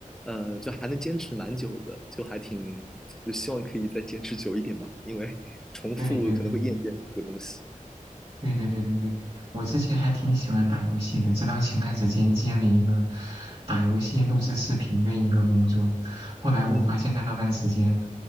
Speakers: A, in the centre; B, on the right (about 40°).
A: 嗯，就还能坚持蛮久的，就还挺，就希望可以再坚持久一点吧，因为 <laughs> 重复可能会厌倦这个东西。
B: 对对对对对对对对对对，我之前还挺喜欢打游戏的，直到前段时间接了一个打游戏录制视频的一个工作，后来我发现，
A: 嗯，
B: 在那段时间，